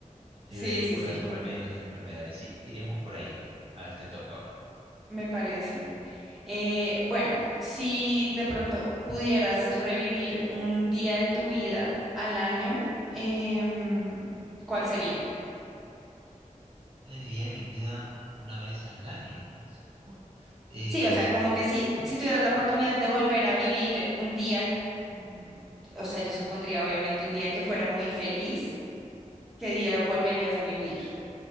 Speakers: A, on the right; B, in the centre.
A: el
B: Sí,
A: libro de curas
B: sí, sí, me
A: o remedios de enfermedades. Sí, iríamos por ahí. A ver, te toca ahora.
B: me parece. Eh, bueno, si de pronto pudieras revivir un día de tu vida al año, em, ¿cuál sería?
A: Día de día de mi vida una vez al año. ¿Cómo se? cómo? Eh,
B: Sí, o sea, como que si, si tuvieras la oportunidad de volver a vivir un día, mm, o sea, yo supondría obviamente un día que fuera muy feliz, ¿qué día volverías a vivir